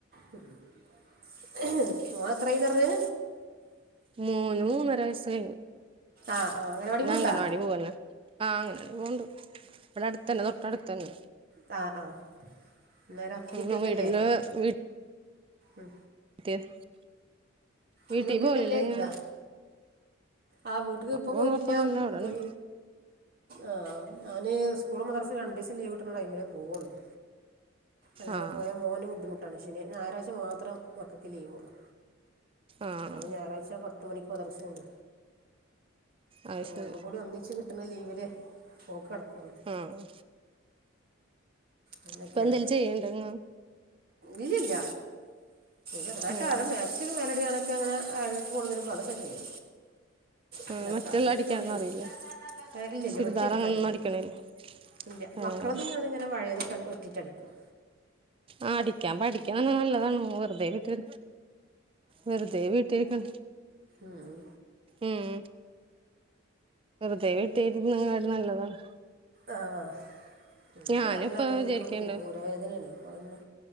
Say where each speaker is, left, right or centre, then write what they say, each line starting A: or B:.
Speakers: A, on the right (about 50°); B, on the right (about 25°).
A: ആഹ മോൾ എത്രായിന്ന പറഞ്ഞെ?
B: മൂന്ന് മൂന്നര വയസ്സ്.
A: ആഹ് ആഹ് അംഗനവാടി
B: ഓൻ
A: പോണുണ്ടാ
B: അംഗണവാടി പോവന്നെ ആഹ് അങ്ങനവാടി പോവണ്ട് ഇവിടെ അടുത്ത് തന്നെ തൊട്ടടുത്ത് തന്നെ.
A: ആ ആ <unintelligible>
B: ഉം <unintelligible>
A: ഉം
B: ഇ <unintelligible> വിട്ടീപോയിലെ
A: ഉമ്മേം ഉപ്പേക്കല്ലേ ചോദിക്കാ
B: ഇന്ന്?
A: ആ വീട്ടിക്ക് ഇപ്പൊ
B: പോവാൻ
A: പോയിട്ടില്ല
B: കൊഴപ്പൊന്നുല്ല ഇവിടെണ്ട്
A: ഇപ്പൊ? ആഹ ഞാന് സ്കൂളും മദ്രസും രണ്ടു ദിവസം ലീവ് കിട്ടണ ടൈമിനേ പോവുള്ളു. അലാതെ
B: ആഹ്
A: പോയ മോന് ബുദ്ധിമുട്ടാണ് ശനി ഞായറാഴ്ച മാത്രം മക്കൾക്ക് ലീവൊള്ളു.
B: ആഹ്
A: അത് ഞായറാഴ്ച പത്ത് മണിക്ക് മദ്രസ്ണ്ട്.
B: അത് ശരി
A: രണ്ടും കൂടി ഒന്നിച്ച് കിട്ടണ ലീവിലേ പോക്ക് നടക്കുള്ളു.
B: ആഹ്
A: അങ്ങനൊക്കെയാണ്.
B: ഇപ്പൊ എന്തേലും ചെയ്യണ്ടങ്ങ്
A: ഇല്ലില്ല ചെറുതായിട്ട്
B: ആഹ്
A: ആടെ മാച്ച് <unintelligible> ചെയ്യും. അല്ലാതെ
B: ആഹ് മറ്റുള്ള
A: കാര്യമായിട്ട്
B: അടിക്കാനൊന്നും
A: ജോലിയൊന്നും
B: അറിയില്ലേ
A: ഇല്ലല്ല
B: ചുരിദാർ
A: വെട്ടി അടിക്ക
B: അങ്ങനൊന്നും
A: അറിയില്ല.
B: അടിക്കണില്ലേ
A: പില്ല
B: ആഹ്
A: മക്കളത് ഞാനിങ്ങനെ പഴയ തൊക്കെ വെട്ടിട്ടടിക്കും.
B: ആ അടിക്കാൻ പഠിക്ക്ണത് നല്ലതാണ് വെറുതെ വീട്ടി വെറുതെ വീട്ടിരിക്ക
A: മ് മ്
B: ഉം വെുതെ വീട്ടരിക്ക് ണേക്കാളും നല്ലതാണ്.
A: ആഹ പിന്നെ
B: ഞാനിപ്പ
A: പറഞ്ഞത്
B: വിചാരിക്കണ്ട്
A: ഇനിക്ക് ഊരവേദനയാണ് അപ്പന്ന്.